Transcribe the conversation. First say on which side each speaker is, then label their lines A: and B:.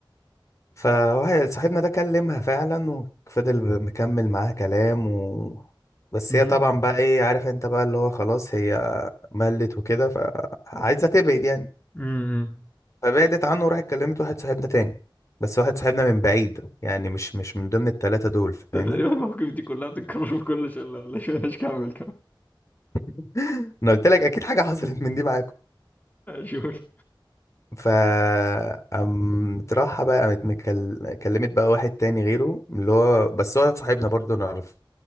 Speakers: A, on the left; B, on the left.
A: فواحد صاحبنا ده كلمها فعلا وفضل ب- مكمل معاها كلام و... بس
B: امم
A: هي طبعا بقى ايه عارف انت بقى اللي هو خلاص هي ملت وكده فعايزة تبعد يعني
B: امم
A: فبعدت عنه وراحت كلمت واحد صاحبنا تاني بس واحد صاحبنا من بعيد يعني مش مش من ضمن التلاتة دول فاهمني
B: ده تقريبا المواقف دي كلها بتتكرر في كل شلة ولا شو مش كمل كمل
A: <laughs> انا قلت لك اكيد حاجة حصلت من دي معاكم
B: شوف
A: ف قامت راحة بقى قامت مكل- كلمت بقى واحد تاني غيره اللي هو بس هو صاحبنا برضه نعرفه